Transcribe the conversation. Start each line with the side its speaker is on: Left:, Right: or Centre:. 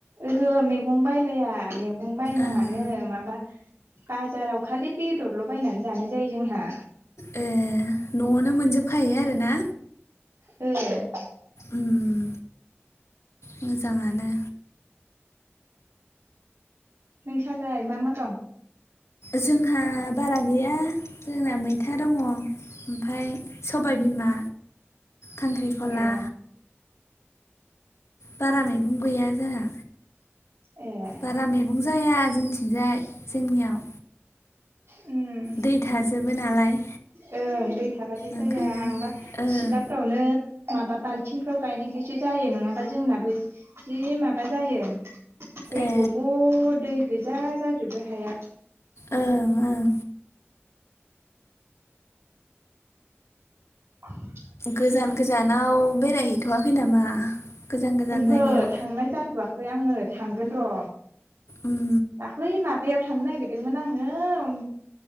Right: ओहो मैगं बायलाया मैगं बायनाङानो
Left: ओं
Right: माबा बाजाराव खालि बेदरल' बायनानै जानाय जायो जोंहा
Left: ए न'आवनो मोनजोबखायो आरो ना
Right: ओं
Left: उम मोजाङानो
Right: नोंस्रालाय मा मा दं
Left: जोंहा बारा गैया जोंना मैथा दङ ओमफ्राय सबाय बिमा खांख्रिखला
Right: ए
Left: बारा मैगं गैया जोंहा
Right: ए
Left: बारा मैगं जाया जोंथिंजाय जोंनियाव
Right: उम
Left: दै थाजोबो नालाय
Right: ओं दै थाबाथाय
Left: ओंखायनो
Right: जाया आंबा
Left: ओं
Right: सिलाफ्रावनो माबा बाल्थिंफ्राव गायनायखायसो जायो नङाबा जोंनाबो जि माबा जायो दै
Left: ए
Right: बब' दै गोजा जाजोबो हाया
Left: ओं ओं
Right: <inaudible>
Left: गोजान गोजानाव बेरायहैथ'वाखै नामा गोजान गोजान
Right: ओहो
Left: जायगायाव
Right: थांनाय जाथ'वाखै आङो थांगोन र'।
Left: उम
Right: दाख्लि माबायाव थांनो नागिरदोंमोन आङो